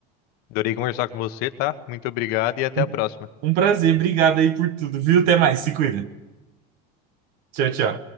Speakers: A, on the left; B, on the right.
A: Adorei conversar com você, tá? Muito obrigado e até
B: Um,
A: a próxima.
B: um prazer, obrigado aí por tudo, viu? Até mais, se cuida. Tchau, tchau.